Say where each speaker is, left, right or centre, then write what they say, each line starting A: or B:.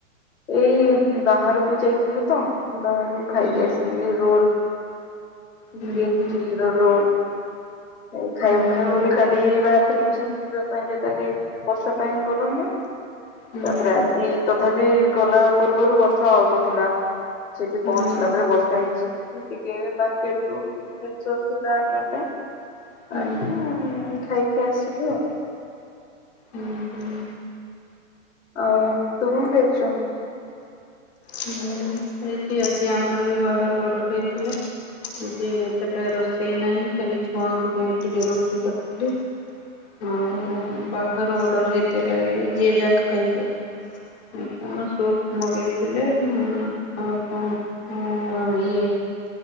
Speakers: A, on the left; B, on the left.
A: ଏଇ ବାହାରକୁ ଯାଇଥିଲେୁ ତ ବାହାରକୁ ଖାଇକି
B: ହୁଁ
A: ଆସି ରୋଲ
B: ହୁଁ
A: ଗ୍ରୀନ୍
B: ହୁଁ
A: ଚିଲି ର ରୋଲ ଖାଇବ
B: ହୁଁ
A: ଖାଇବ ବୋଲି କାଲି ବାହାରି ଥିଲୁଭି ସେମିତି ଯିବା ପାଇଁ ଯେ ତାଲି ବର୍ଷା ପାଇଁ ଗଲୁନି
B: ହୁଁ
A: ତାପରେ ଆଜି ତଥାପି ଗଲା ପୂର୍ବରୁ ବର୍ଷା ହଉ ନଥିଲା ସେଠି
B: ହୁଁ ହୁଁ
A: ପହଞ୍ଚିଲା
B: ହୁଁ
A: ପରେ ବର୍ଷା ହେଇଛି। ଟିକେ ମାର୍କେଟ ରୁ କିଛି ଜିନିଷ ଥିଲା ଆଣିବା ପାଇଁ
B: ହୁଁ
A: ଆଣିକିରି <unintelligible> ଖାଇକି ଆସିଲୁ ଆଉ
B: ହୁଁ ହୁଁ।
A: ଆଉ ତୁ କଣ ଖାଇଛୁ?
B: ହୁଁ ହେଇଛି ଆଜି ଆମର ବି ବାହାରୁ ଅର୍ଡର ହେଇଥିଲା। ଯେ ଏତେଟା ରୋଷେଇ ନାହିଁ ଖାଲି ଛୁଆଙ୍କ ପାଇଁ ଟିକେ ରୁଟି କରିଥିଲି ହୁଁ ହୁଁ ହୁଁ। ବାହାରୁ ଅର୍ଡର ହେଇଥିଲା ଏ ଯିଏ ଯାହା ଖାଇବେ <unintelligible> ମୁଁ କଣ ସୁପ ମଗେଇ ହେଲେ <unintelligible> ଇଏ